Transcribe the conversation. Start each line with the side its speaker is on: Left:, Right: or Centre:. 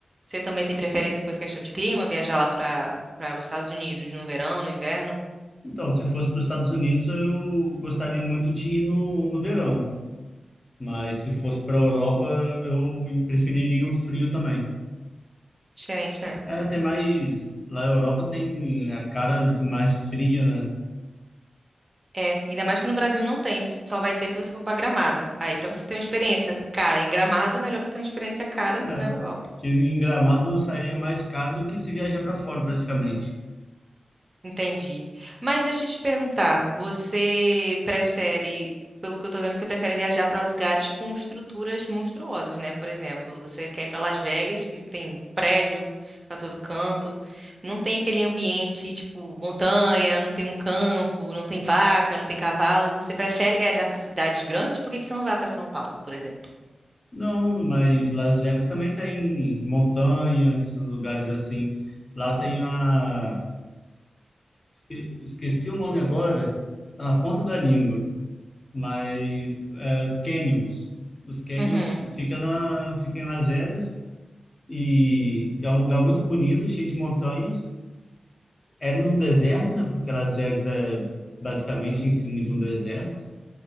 Right: Você também tem preferência por questão de clima, viajar lá para para os Estados Unidos no verão, no inverno?
Left: Então, se fosse para os Estados Unidos, eu gostaria muito de ir no, no verão. Mas se fosse para a Europa, eu preferiria o frio também.
Right: Diferente, né?
Left: É, tem mais. Lá na Europa tem a cara de mais fria, né?
Right: É, ainda mais que no Brasil não tem, se- só vai ter se você for para Gramado. Aí, para você ter uma experiência cara em Gramado, é melhor você ter uma experiência cara
Left: É,
Right: na Europa.
Left: que em Gramado sairia mais caro do que se viajar para fora, praticamente.
Right: Entendi. Mas deixa eu te perguntar, você prefere, pelo que eu tô vendo, você prefere viajar para lugares com estruturas monstruosas, né? Por exemplo, você quer ir para Las Vegas, que tem prédio para todo canto, não tem aquele ambiente tipo montanha, não tem um campo, não tem vaca, não tem cavalo. Você prefere viajar para cidades grandes? Por que que você não vai para São Paulo, por exemplo?
Left: Não, mas Las Vegas também tem montanhas, lugares assim. Lá tem a. esque- Esqueci o nome agora, tá na ponta da língua, mas é, Canyons. Os Canyons
Right: Uhum.
Left: fica na, fica em Las Vegas e é um lugar muito bonito, cheio de montanhas. É num deserto, né? Porque Las Vegas é basicamente em cima de um deserto.